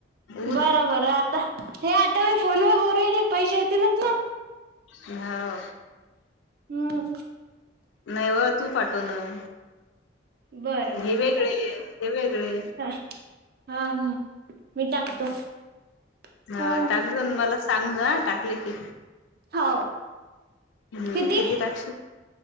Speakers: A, on the left; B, on the right.
A: उद
B: बरं बरं आता हे आता मी फोनवर बोलू राहिली पैसे येतीलच ना?
A: हाओ.
B: हम्म.
A: नाही व तू पाठवणार.
B: बरं बरं
A: हे वेगळे
B: मी टाकतो
A: आहेत ते वेगळे.
B: हा हा हा मी टाकतो. हम्म
A: ह टाकजून मला सांग हा टाकले की.
B: हो
A: हम्म
B: किती
A: टाकशील